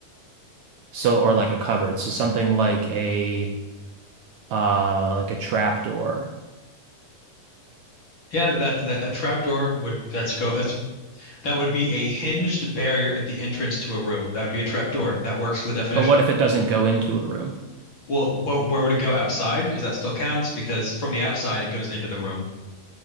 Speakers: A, on the right; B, on the left.
A: So, or like a cupboard. So something like a uh like a trap door.
B: Yeah, that, that a trapdoor would that's go that's that would be a hinged barrier at the entrance to a room. That would be a trapdoor. That works for the definition.
A: But what if it doesn't go into a room?
B: Well, wh where would it go outside? Because that still counts because from the outside it goes into the room.